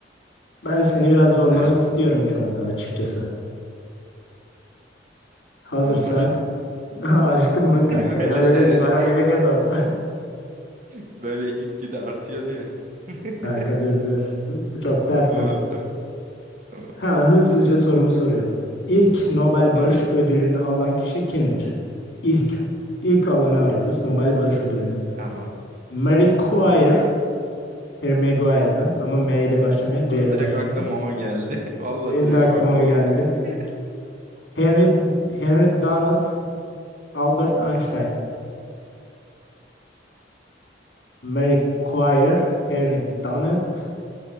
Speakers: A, on the left; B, on the right.
A: Ben seni biraz
B: Güzel.
A: zorlamak istiyorum şu anda açıkçası. Hazırsan
B: Tamam aşkım.
A: <laughs> aşkım mı kanka
B: <laughs> Böyle
A: bana böyle
B: e,
A: bana böyle deme ama. <laughs>
B: böyle gitgide artıyor diye. <laughs>
A: Kanka dur dur. Çok dertmesin.
B: Tamam, tamam. tamam.
A: Hemen hızlıca sorumu soruyorum. İlk Nobel
B: Sor.
A: Barış Ödülünü alan kişi kimdir? İlk. İlk alanı arıyoruz. Nobel Barış Ödülünü.
B: Tamam.
A: Marie Curie. Harry Maguire'dan ama M ile başlamıyor,
B: O,
A: C ile
B: direkt
A: başlıyor.
B: aklıma o geldi.
A: <laughs>
B: <laughs> Vallahi
A: Benim
B: direkt
A: de aklıma
B: o aklıma
A: o geldi.
B: geldi.
A: Henry, Henry Dunant, Albert
B: <laughs> Hı hı.
A: Einstein. Marie Curie, Henry Dunant,